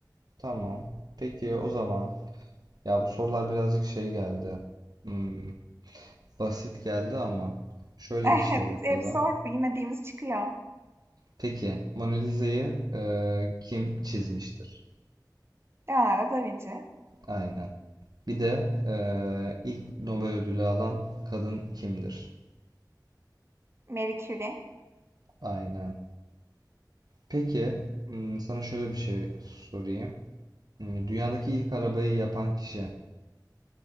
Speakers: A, on the right (about 60°); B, on the right (about 35°).
A: Tamam. Peki o zaman. Ya bu sorular birazcık şey geldi. Hmm, basit geldi ama şöyle
B: <laughs> Hep
A: bir şey yapalım.
B: hep zor bilmediğimiz çıkıyor.
A: Peki, Mona Lisa'yı e, kim çizmiştir?
B: Leonardo da Vinci.
A: Aynen. Bir de e, ilk Nobel ödülü alan kadın kimdir?
B: Marie Curie.
A: Aynen. Peki, hmm, sana şöyle bir şey sorayım. Hmm, Dünyadaki ilk arabayı yapan kişi